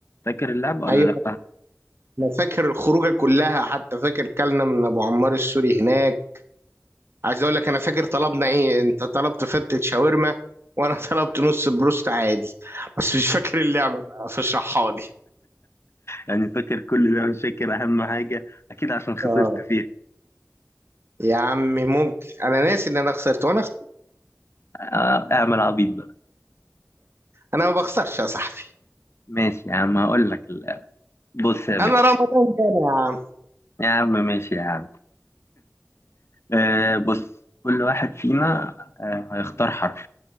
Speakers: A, on the left; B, on the right.
A: فاكر اللعبة ولا
B: ايوه
A: لأ؟
B: انا فاكر الخروجه كلها حتى فاكر كلنا من ابو عمار السوري هناك عايز اقول لك انا فاكر طلبنا ايه انت طلبت فتة شاورما وانا <laughs> طلبت نص بروست عادي بس مش فاكر اللعبه بقى فاشرحها لي
A: يعني فاكر كل ده مش فاكر أهم حاجة أكيد عشان خسرت
B: اه
A: فيها
B: يا عمي ممكن انا ناسي ان انا خسرت وانا خسرت.
A: آه، اعمل عبيط بقى
B: انا ما بخسرش يا صاحبي
A: ماشي يا عم هقول لك ال- بص يا باشا
B: انا رمضان كان يا عم
A: يا عم ماشي يا عم آه بص كل واحد فينا آه هيختار حرف